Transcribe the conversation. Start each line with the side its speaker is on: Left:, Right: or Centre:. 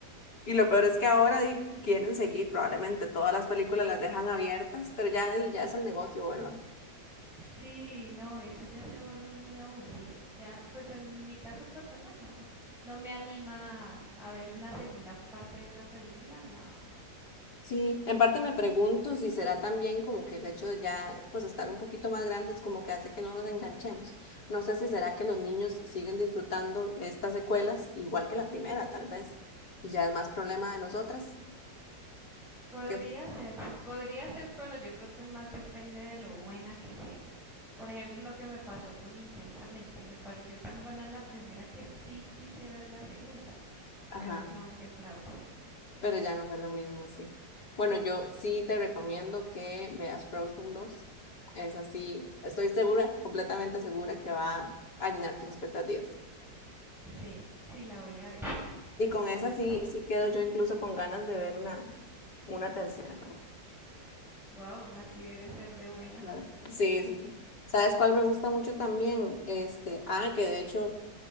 Left: Y lo peor es que ahora di, quieren seguir, probablemente todas las películas las dejan abiertas, pero ya, di, ya es el negocio, ¿verdad?
Centre: Sí, no, eso ya se vuelve muy aburrido. Ya, pues en mi caso personal, no, no me anima a ver una segunda parte de una película, no.
Left: Sí, en parte me pregunto si será también como que el hecho de ya pues estar un poquito más grandes como que hace que no nos enganchemos. No sé si será que los niños siguen disfrutando estas secuelas igual que la primera, tal vez, y ya es más problema de nosotras
Centre: Podría
Left: que,
Centre: ser, podría ser, pero yo creo que más depende de lo buena que sea. Por ejemplo, lo que me pasó con Intensamente, me pareció tan buena la primera que sí quise ver la segunda,
Left: ajá,
Centre: pero no, qué fraude.
Left: pero ya no fue lo mismo, sí. Bueno, yo sí te recomiendo que veas Frozen 2. Es así, estoy segura, completamente segura que va a llenar tus expectativas.
Centre: Sí, sí la voy a ver, sí
Left: Y
Centre: la
Left: con
Centre: voy
Left: esa
Centre: a
Left: sí,
Centre: ver.
Left: sí quedo yo incluso con ganas de ver una Una tercera.
Centre: Wow, así debe ser de buena.
Left: Claro. Sí, sí, sí. ¿Sabes cuál me gusta mucho también? Este, ah, que de hecho,